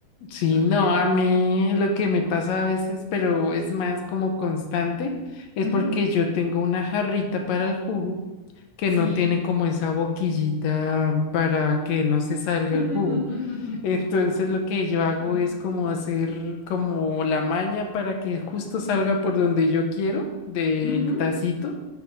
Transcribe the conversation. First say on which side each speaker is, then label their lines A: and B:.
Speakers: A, on the left; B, on the left.
A: Sí,
B: porque
A: no,
B: entonces
A: a mí
B: que...
A: lo que me pasa a veces, pero es más como constante, es
B: Ujú,
A: porque yo tengo una jarrita para el jugo. que
B: Sí.
A: no tiene como esa boquillita para que no se salga
B: <laughs>
A: el jugo. Entonces lo que yo hago
B: Sí.
A: es como hacer como la maña para que justo salga por donde yo quiero del
B: Ujú,
A: tacito.